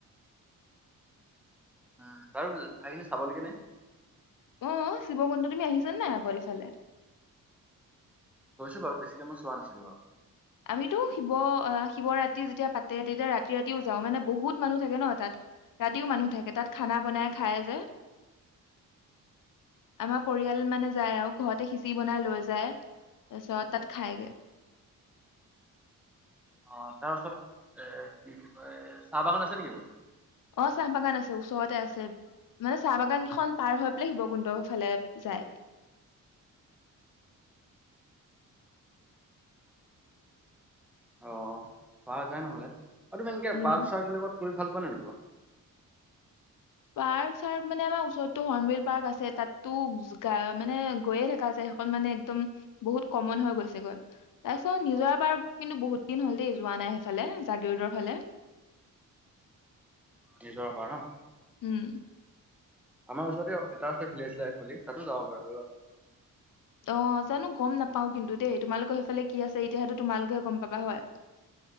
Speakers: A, in the centre; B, on the left.
A: উ, কাৰো থাকিল চাবলৈ কেনে
B: আহ, শিৱকুণ্ড তুমি আহিছা নে আগৰ ইফালে।
A: গৈছো বাৰু বেছিকে মই চোৱা নাছিলো বাৰু।
B: আমিতো শিৱ শিৱৰাত্ৰি যেতিয়া পাতে তেতিয়া ৰাতি ৰাতিও যাওঁ মানে, বহুত মানুহ থাকে ন তাত ৰাতিও মানুহ থাকে তাত খানা বনাই খায়, যে আমাৰ পৰিয়াল মানে যায় আৰু ঘৰতে সিচি বনাই লৈ যায়। তাৰপিছত তাত খায়গে।
A: অ' তাৰপিছত এ কি কয় চাহ বাগান আছে নেকি বাৰু।
B: অ' চাহ বাগান আছে ওচৰতে আছে মানে চাহ বাগান কেইখন পাৰ হৈ পেলাই শিৱকুণ্ড ফালে যায়।
A: অ' পোৱা যায় নহ'লে। আৰু এনেকে
B: উম
A: পাৰ্ক -চাৰ্ক বিলাকত কৰি ভাল পোৱা নে নোপোৱা।
B: পাৰ্ক চাৰক মানে আমাৰ ওচৰতো হৰ্ণবল পাৰ্ক আছে তাতো মানে গৈয়ে থকা যায়, সেইখন মানে একদম বহুত কমন হৈ গৈছেগৈ তাৰপিছত নিজৰা পাৰ্ক কিন্তু বহুত দিন হ'ল, দেই যোৱা নাই সেইফালে জাগিৰোডৰ ফালে।
A: নিজৰা পাৰ্ক ন
B: উম,
A: আমাৰ ওচৰতে এটা আছে ভিলেজ লাইফ বুলি তাতো যাব পাৰে।
B: অ' জানো গম নাপাওঁ কিন্তু দেই তোমালোকৰ সেইফালে কি আছে, এতিয়াহতো তোমালোকে গম পাবা হয়।